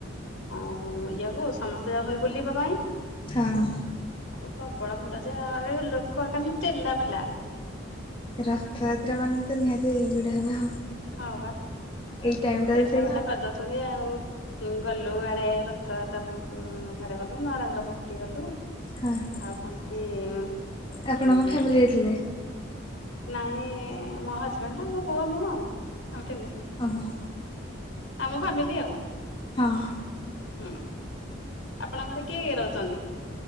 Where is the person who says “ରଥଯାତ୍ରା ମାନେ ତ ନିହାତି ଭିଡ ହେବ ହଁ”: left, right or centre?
Left